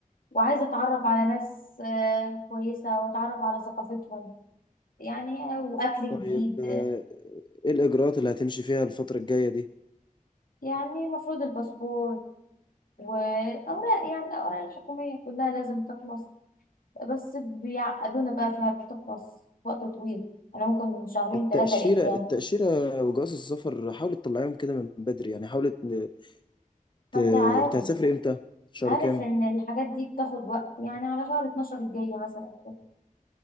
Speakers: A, on the left; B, on the left.
A: وعايزة أتعرف على ناس آه، كويسة وأتعرف على ثقافتهم يعني آه، وأكل
B: طيب
A: جديد
B: آه، ايه الاجراءات اللي هتمشي فيها الفترة الجاية دي؟
A: يعني المفروض الباسبور وأوراق يعني الأوراق الحكومية كلها لازم تخلص بس بيعقدونا بقى فيها بتخلص في وقت طويل أنا ممكن من شهرين
B: التأشيرة
A: ثلاثة لقدام
B: التأشيرة وجواز السفر حاولي تطلعيهم كده من بدري يعني حاولي ت... ت-
A: ما أنت عارف
B: انت هتسافري امتى؟ شهر
A: عارف
B: كام؟
A: ان الحاجات دي بتاخد وقت يعني على شهر 12 الجاية مثلا كده.